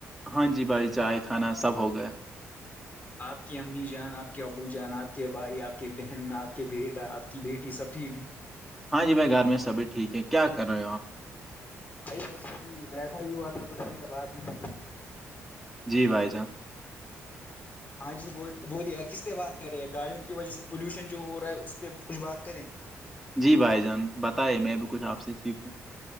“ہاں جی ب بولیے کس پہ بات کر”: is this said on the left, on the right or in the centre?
Left